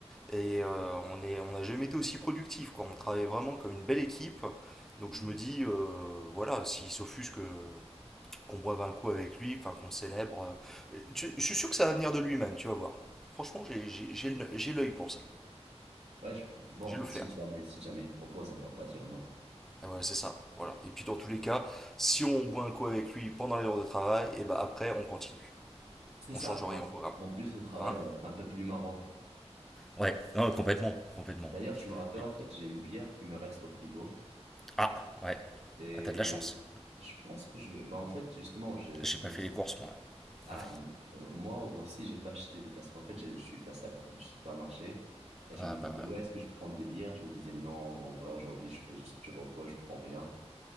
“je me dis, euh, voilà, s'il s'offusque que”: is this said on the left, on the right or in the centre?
Centre